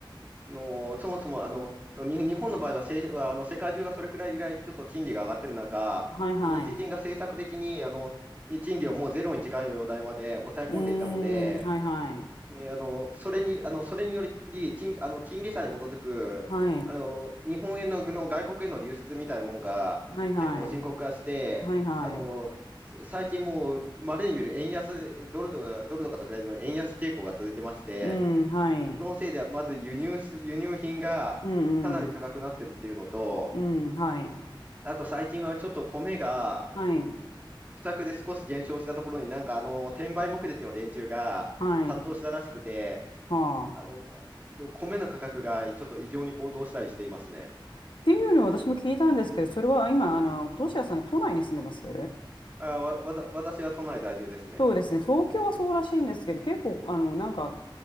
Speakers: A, on the right (about 20°); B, on the left (about 70°).
A: の、そもそも、あの、のに日本の場合は、せ、はあの、世界中がそれくらい以来、ちょっと賃金が上がってる中、
B: はいはい。
A: 日銀が政策的に、あの、に賃金をもうゼロに近い状態まで抑え込んでいたので、
B: うーん、はいはい。
A: えーあの、それに、あの、それにより、賃、あの、金利差に基づく、
B: はい。
A: あの、日本円の、の外国への流出みたいなもんが結構深刻化して、
B: はいはい。はいはい。
A: あの、す最近もう稀に見る円安、ドルとか、ドルとかと比べても円安傾向が続いてまして、
B: うん、はい。
A: そのせいでまず輸入す、輸入品がかなり高くなってるっていうのと、
B: うんうん。うん、はい。
A: あと最近はちょっと米が
B: はい。
A: 不作で少し減少したところになんかあの、転売目的の連中が殺到したらしくて、
B: はい。は
A: あの、
B: あ。
A: この米の価格がちょっと異常に高騰したりしていますね。
B: っていうのを私も聞いたんですけど、それは今、あの、トシヤさん、都内に住んでます
A: あ、わ、わた、私は都内在住ですね。
B: そうですね。東京はそうらしいんですけど、結構、あの、なんか、